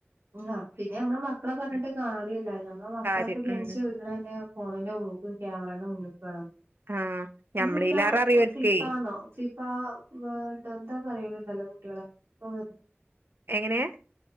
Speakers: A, on the right; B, on the right.
A: ആ പിന്നെ മ്മള് മക്കളെ പറഞ്ഞിട്ട്
B: ഉം
A: കാര്യമല്ല ഞമ്മെ മക്കളൊക്കെ
B: കാര്യം
A: ജനിച്ച്
B: ഉം
A: വീണത് തന്നെ ഫോണിന്റെ മുന്നൂക്ക ക്യാമറന്റെ മുന്നൂക്ക വേണംട്ട
B: ആഹ് ഞമ്മളീലേറെ അറിയോൽക്കേ
A: സിഫാണോഫ ഇപ്പ വേണ്ട എന്താ പറയലുണ്ടല്ലോ കുട്ടികളെ ഇപ്പ വ
B: എങ്ങനെ